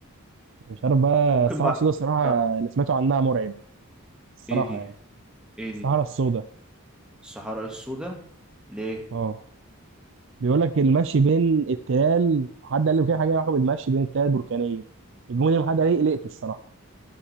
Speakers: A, on the right; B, in the centre.
A: مش عارف بقى
B: ممكن
A: الصحراء
B: بعد
A: السوداء الصراحه
B: كده
A: اللي سمعته عنها مرعب الصراحه
B: ايه دي
A: يعني
B: ايه دي
A: الصحراء السوداء
B: الصحراء السوداء ليه
A: اه بيقول لك المشي بين التلال حد قال لي كده حاجه لها علاقه بالمشي بين التلال البركانيه الجمله دي حد قال لي قلقت الصراحه